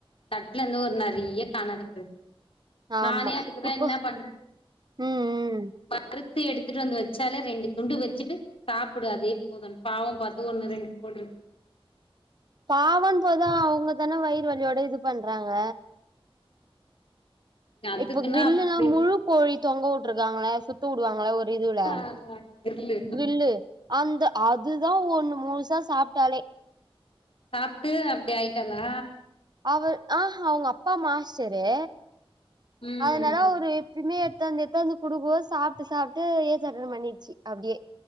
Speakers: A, on the left; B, on the right.
A: தட்லந்து ஒரு நறிய காணாத போய் நானே
B: ஆமா
A: அதுக்குதா
B: இப்போ
A: என்ன பண்றது
B: ம் ம்
A: வறுத்து எடுத்துட்டு வந்து வெச்சால ரெண்டு துண்டு வெச்சிட்டு சாப்புடு அதே போதுன் பாவோ பாத்து ஒண்ணு ரெண்டு போட்று
B: பாவன் போதா அவ்ங்க தான வயிறு வலியோட இது பண்றாங்க
A: அதுக்குன்னா
B: இப்ப க்ர்ல்லுனா
A: அப்டி
B: முழு கோழி தொங்கவுட்ருக்காங்களா சுத்த வுடுவாங்களா ஒர் இதுலா
A: ஆமா கிர்லு
B: க்ரில்லு அந்த அதுதா ஒண்ணு முழுசா சாப்ட்டாலே
A: சாப்ட்டு அப்டி ஆயிட்டாளா
B: அவர் ஆஹா அவுங்க அப்பா மாஸ்ட்டரு
A: ம்
B: அதனால அவுரு எப்பயுமே எடுத்தாந்து எத்தாந்து குடுபோ சாப்ட்டு சாப்ட்டு ஏஜ் அட்டன் பண்ணிடுச்சு அப்டியே